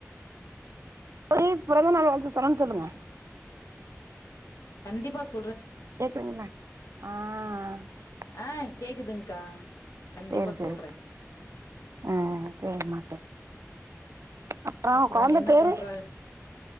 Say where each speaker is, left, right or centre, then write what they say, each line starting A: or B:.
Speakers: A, on the right; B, on the left.
A: போய் பிறந்த நாள் வாழ்த்து சொன்னேன்னு சொல்லுங்க
B: கண்டிப்பா சொ
A: கேக்குதுங்களா ஆ அ <inaudible>
B: ஆ கேக்குதுங்க்கா கண்டிப்பா
A: சேரி சேரி
B: சொல்றே
A: ம் சேரிமா அப்றோ
B: அப்புறோ
A: கொழந்த
B: என்ன
A: பேரு
B: பண்ற